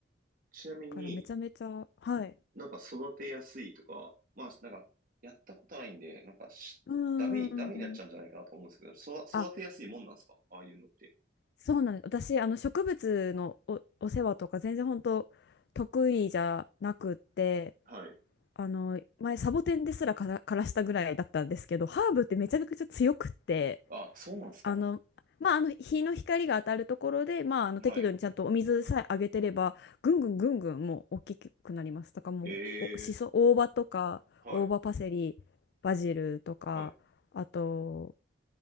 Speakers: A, on the right; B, on the left.
A: ちなみに
B: だからめちゃめちゃ、はい。
A: なんか育てやすいとか、まあなんかやったことないんで、なんかし、
B: うーん。
A: ダメ、ダメになっちゃうんじゃないかなと思うんですけど、そ、
B: あ
A: 育てやすいもんなんですかああいうのって。
B: そうなんです。私、あの植物のお、お世話とか全然本当得意じゃなくって、
A: はい。
B: あの前サボテンですらから、枯らしたぐらいだったんですけど、ハーブってめちゃくちゃ強くって、
A: あ、そうなんですか。
B: あの、まあ、あの日の光が当たるところで、まあ、あの適度にちゃんとお水さえあげてれば、
A: はい。
B: ぐんぐんぐんぐんもう大きくなります。とかもうお、
A: ええ
B: しそ、大葉とか、
A: はい。
B: 大葉パセリ、バジルとか、
A: はい。
B: あと、